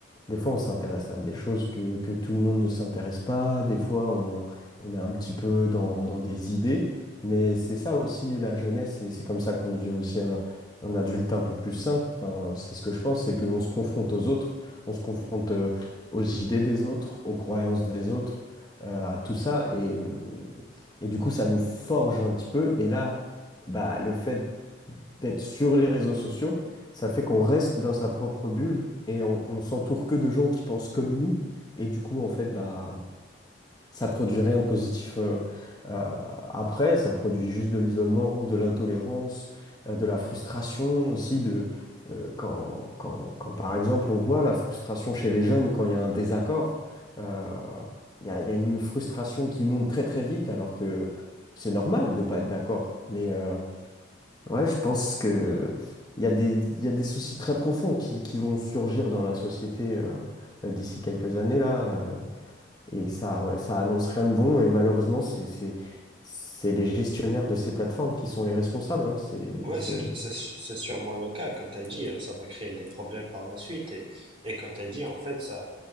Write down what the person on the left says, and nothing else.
Des fois, on s'intéresse à des choses que, que tout le monde ne s'intéresse pas. Des fois, on, on est un petit peu dans, dans des idées. Mais c'est ça aussi, la jeunesse, et c'est comme ça qu'on devient aussi un, un adulte un peu plus sain. Enfin, c'est ce que je pense, c'est qu'on se confronte aux autres, on se confronte euh, aux idées des autres, aux croyances des autres, euh, à tout ça. Et, et du coup, ça nous forge un petit peu. Et là, bah, le fait d'être sur les réseaux sociaux, ça fait qu'on reste dans sa propre bulle et on, on s'entoure que de gens qui pensent comme nous. Et du coup, en fait, bah, ça produit rien de positif euh, euh, après. Ça produit juste de l'isolement, de l'intolérance, euh, de la frustration aussi. De, euh, quand, quand, quand, par exemple, on voit la frustration chez les jeunes quand il y a un désaccord, euh, il y a, il y a une frustration qui monte très très vite alors que c'est normal de pas être d'accord. Mais, euh, Ouais, je pense que il y a des, il y a des soucis très profonds qui, qui vont surgir dans la société euh, d'ici quelques années là, euh, et ça, ouais, ça annonce rien de bon. Et malheureusement, c'est, c'est, c'est les gestionnaires de ces plateformes qui sont les responsables. hein. C'est,
c'est...